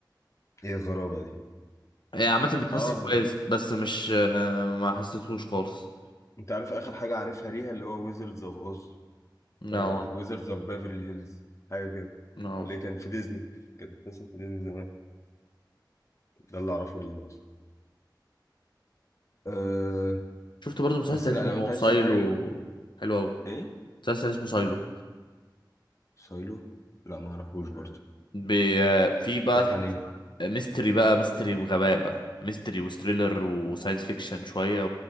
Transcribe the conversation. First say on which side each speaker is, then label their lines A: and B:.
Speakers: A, on the left; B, on the left.
A: ايه الغرابة دي
B: هي عامة بتمثل
A: اه
B: كويس بس مش آه، ما حسيتهوش خالص
A: انت عارف اخر حاجة عارفها ليها اللي هو ويزردز اوف اوز ولا
B: نو
A: ويزردز اوف بيفرلي هيلز حاجة كده
B: نو
A: اللي كان في ديزني كانت بتمثل في ديزني زمان ده اللي اعرفه ليها بس أه
B: شفت برضو مسلسل
A: بس
B: اسمه
A: لا لو انت عايز
B: سايلو
A: تشوف حاجه اللي...
B: حلو أوي
A: ايه
B: مسلسل اسمه سايلو
A: سايلو لا ما اعرفوش برضه
B: بي... آه، في بقى
A: بيحكي عن ايه
B: ميستري بقى ميستري وغباء بقى ميستري وستريلر وساينس فيكشن شوية